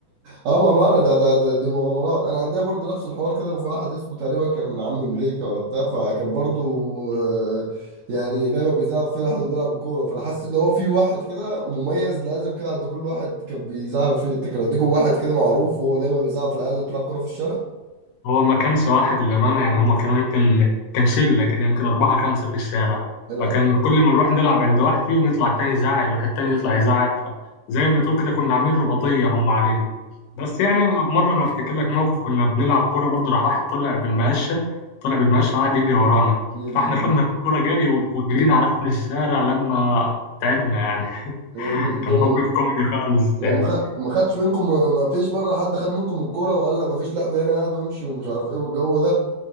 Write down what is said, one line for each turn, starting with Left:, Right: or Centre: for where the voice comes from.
Right: اه بامانه ده, ده ده دي مغامرات انا عندي برضو نفس الحوار كده وفي واحد اسمه تقريبا كان عم مليكه ولا بتاع فكان برضو آه، يعني دايما بيزعق فيه لحد بيلعب الكوره فانا حاسس ان هو في واحد كده مميز لازم كده عند كل واحد كان بيزعق فيه انت كان عندكم واحد كده معروف وهو دايما بيزعق في العيال اللي بتلعب كوره في الشارع
Left: هو ما كانش واحد للأمانة يعني هم كانوا يمكن كان شلة كده يمكن أربعة خمسة في الشارع
Right: العب
Left: فكان كل ما نروح نلعب عند واحد فيهم يطلع التاني يزعق يروح التاني يطلع يزعق فزي ما تقول كده كنا عاملين رباطية هم علينا بس يعني مرة أنا أفتكر لك موقف كنا بنلعب كورة برضه راح واحد طلع بالمقشة طلع بالمقشة قعد يجري ورانا
Right: يا ديني
Left: فإحنا خدنا الكورة جري وجرينا على ركن الشارع لما تعبنا يعني
Right: يا
Left: <laughs>
Right: ديني طب
Left: كان موقف كوميدي خالص
Right: لو
Left: يعني
Right: ما خد- ما خدش منكم ما فيش بره حد خد منكم الكوره وقال لك ما فيش لعب هنا هات وامشي ومش عارف ايه والجو ده